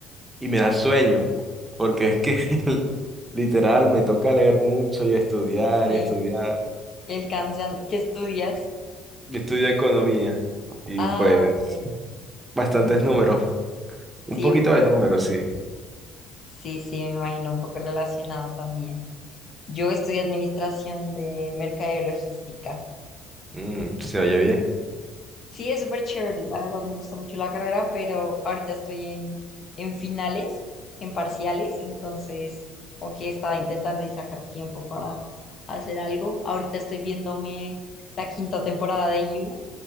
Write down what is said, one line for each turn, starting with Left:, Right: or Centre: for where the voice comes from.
Right: y me da sueño, porque es que <laughs> literal me toca leer mucho y estudiar
Left: Sí.
Right: y estudiar.
Left: El Kanban, ¿qué estudias?
Right: Yo estudio economía y
Left: Ah,
Right: pues
Left: ok.
Right: bastantes
Left: Bueno, un poco,
Right: números,
Left: sí,
Right: un poquito
Left: un poco,
Right: de números,
Left: re-
Right: sí.
Left: sí, sí, me imagino un poco relacionado también. Yo estudié administración de mercadeo y logística.
Right: Mm, se oye bien.
Left: Sí, es súper chévere, la verdad me gusta mucho la carrera, pero ahorita estoy en, en finales, en parciales, entonces, aunque estaba intentando y sacar tiempo para hacer algo, ahorita estoy viéndome la quinta temporada de You,